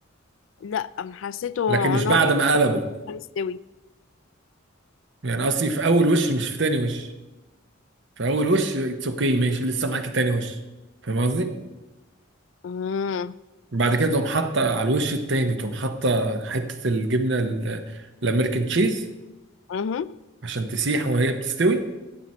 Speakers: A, on the left; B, on the right.
A: لأ أم حسيته
B: لكن مش
A: إن
B: بعد
A: هو بيعمل
B: ما قلبه
A: كده وهي لسه مستوي
B: يعني قصدي في اول وش مش في تاني وش في اول وش اتس اوكي ماشي لسه معاكي تاني وش فاهم قصدي
A: أمم
B: بعد كده تقوم حاطة على الوش التاني تقوم حاطة حتة الجبنة ال- الامريكان تشيز
A: أمم
B: عشان تسيح وهي بتستوي